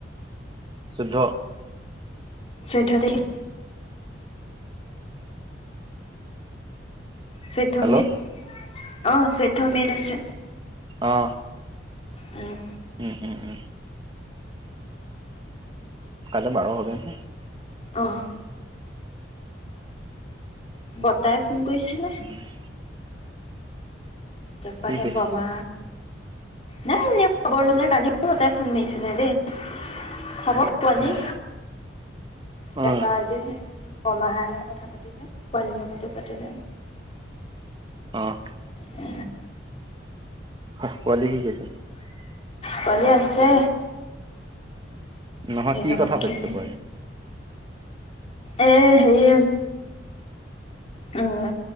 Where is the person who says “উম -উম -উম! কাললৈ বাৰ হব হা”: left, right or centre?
Right